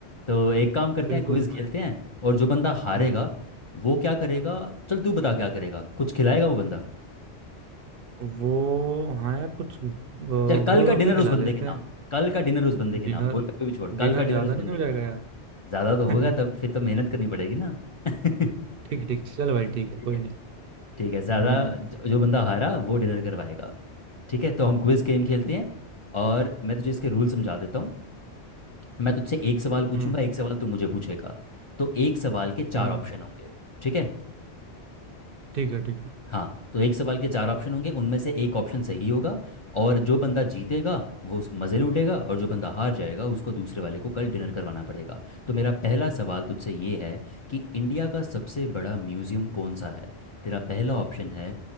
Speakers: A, on the left; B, on the right.
A: तो एक काम करते
B: बिल्कुल
A: हैं क्विज़ खेलते
B: भाई
A: हैं और जो बंदा हारेगा
B: हम्म
A: वो क्या करेगा चल तू बता क्या करेगा कुछ खिलाएगा वो बंदा
B: वो हाँ यार कुछ अ,
A: चल कल
B: गोलगप्पे
A: का डिनर
B: खिला
A: उस बंदे
B: लेते
A: के नाम
B: हैं
A: कल का डिनर उस बंदे के
B: डिनर
A: नाम कोई कोई भी छोड़ कल
B: डिनर
A: का
B: ज्यादा
A: डिनर उस बंदे
B: नहीं हो
A: के
B: जाएगा
A: नाम
B: यार
A: ज्यादा तो होगा
B: <laughs>
A: तब फिर तो मेहनत करनी पड़ेगी ना <laughs> ठीक
B: ठीक ठीक चल भाई ठीक है
A: है
B: कोई नहीं
A: ठीक है ज्यादा
B: हम्म
A: ज- जो बंदा हारा वो डिनर करवाएगा ठीक है तो हम क्विज गेम
B: ठीक
A: खेलते
B: है भाई
A: हैं और मैं तुझे इसके रूल समझा देता हूँ मैं तुझसे एक सवाल पूछूंगा
B: हम्म
A: एक सवाल तू मुझे पूछेगा तो एक सवाल के चार
B: हम्म
A: ऑप्शन होंगे ठीक है
B: ठीक है ठीक है
A: हाँ तो एक सवाल के चार ऑप्शन होंगे उनमें से एक ऑप्शन सही होगा और जो बंदा जीतेगा वो उस- मज़े लूटेगा और जो बंदा हार जाएगा उसको दूसरे वाले को कल डिनर करवाना पड़ेगा तो मेरा पहला सवाल तुझसे ये है कि इंडिया का सबसे बड़ा म्यूज़ियम कौन सा है तेरा पहला ऑप्शन है